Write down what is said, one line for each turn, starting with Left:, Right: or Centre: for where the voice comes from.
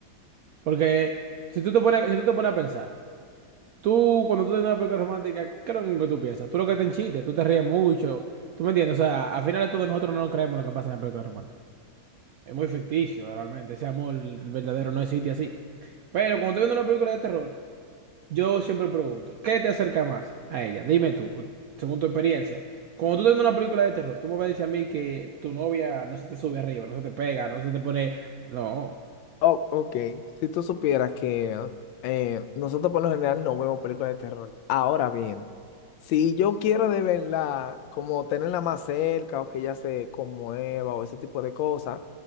Right: Porque si tú te pones, si tú te pones a pensar. Tú, cuando tú tienes una película romántica, ¿qué es lo que tú piensas? Tú lo que te enchiste, tú te ríes mucho. ¿Tú me entiendes? O sea, al final de todo, nosotros no nos creemos lo que pasa en la película romántica. Es muy ficticio, realmente. Ese amor verdadero no existe así. Pero cuando estoy viendo una película de terror, yo siempre pregunto, ¿qué te acerca más a ella? Dime tú, según tu experiencia. Cuando tú estás viendo una película de terror, tú me vas a decir a mí que tu novia no se te sube arriba, no se te pega, no se te pone... No.
Left: Oh, ok. Si tú supieras que ah, eh, nosotros por lo general no vemos películas de terror. Ahora bien, si yo quiero de verla, como tenerla más cerca o que ella se conmueva o ese tipo de cosas,